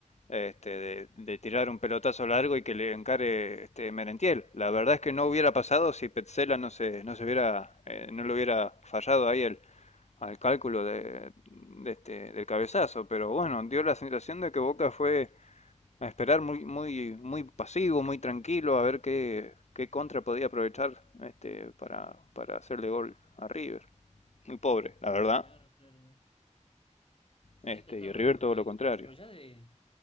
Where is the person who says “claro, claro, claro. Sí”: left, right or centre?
Left